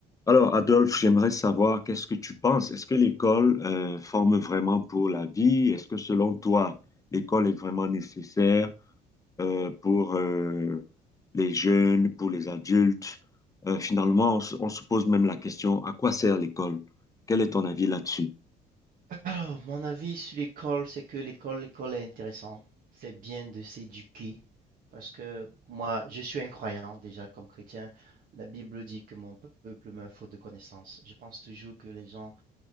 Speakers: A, on the left; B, on the right.
A: Alors, Adolphe, j'aimerais savoir qu'est-ce que tu penses? Est-ce que l'école euh, forme vraiment pour la vie? Est-ce que selon toi, l'école est vraiment nécessaire euh, pour euh, les jeunes, pour les adultes? Euh, finalement, on, se on se pose même la question, à quoi sert l'école? Quel est ton avis là-dessus?
B: Ah, mon avis sur l'école, c'est que l'école, l'école est intéressante. C'est bien de s'éduquer parce que moi, je suis un croyant déjà comme chrétien. La Bible dit que mon peuple meurt faute de connaissances. Je pense toujours que les gens,